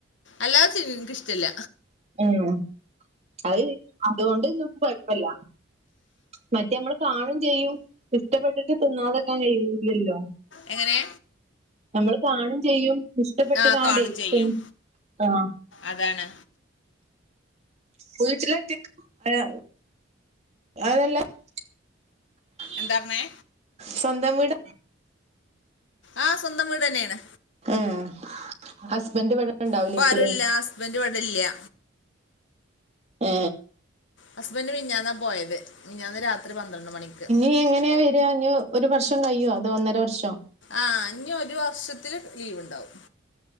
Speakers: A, on the left; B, on the right.
A: അല്ലാതെ ഇച്ച് ഇൻക്ക് ഇഷ്ടല്ല
B: ഉം അത് അതോണ്ട് ഇങ്ങക്ക് കൊഴപ്പല്ല മറ്റേ അമ്മള് പാണും ചെയ്യും ഇഷ്ടപ്പെട്ടിട്ട് തിന്നാതക്കാൻ കയ്യൂല്ലല്ലോ
A: എങ്ങനെ
B: അമ്മള് കാണും ചെയ്യും ഇഷ്ടപ്പെട്ട്ങ്ങാണ്ടെയ്
A: ആ കാണും ചെയ്യും
B: ത് ആ
A: അതാണ്
B: വീട്ടിലെത്തി <unintelligible>
A: എന്താറഞ്ഞെ
B: സ്വന്തം വിടാ
A: ആഹ സ്വന്തം വീടന്നെണ്
B: ഏഹ് ഹസ്ബൻഡ് ഇവിടെ ഇണ്ടാവൂലേക്കുലേ
A: ഇപ്പൊരൂല്ല ഹസ് ബന്റ് ഇവിടെല്ല
B: ഏ
A: ഹസ്ബന്റ് മിഞ്ഞാന്നാ പോയത് മിഞ്ഞാന്ന് രാത്രി പന്ത്രണ്ട് മണിക്ക്
B: എങ്ങനെ വീ <unintelligible> ഒരു വർഷം കയ്യോ അതോ ഒന്നര വർശോ
A: ആ ഇഞ്ഞ് ഒരു വർഷത്തില് ലീവ്ണ്ടാവും